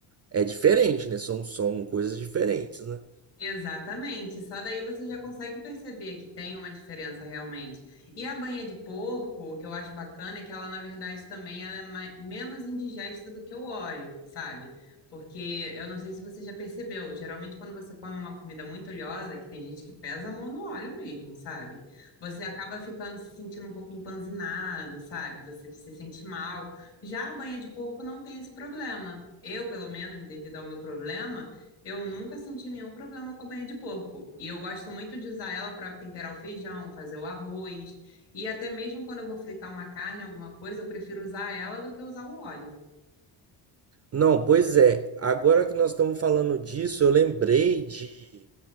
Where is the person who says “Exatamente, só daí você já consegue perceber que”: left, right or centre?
Left